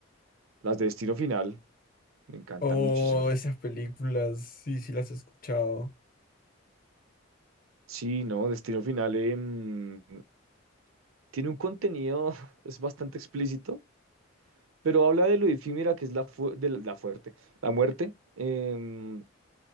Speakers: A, on the right; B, on the left.
A: las de Destino Final me encantan
B: Oh,
A: muchísimo.
B: esas películas, sí, sí las he escuchado.
A: Sí, no, Destino Final em, tiene un contenido, <laughs> es bastante explícito, pero habla de lo efímera que es la, fu- de la, la fuerte, la muerte, em,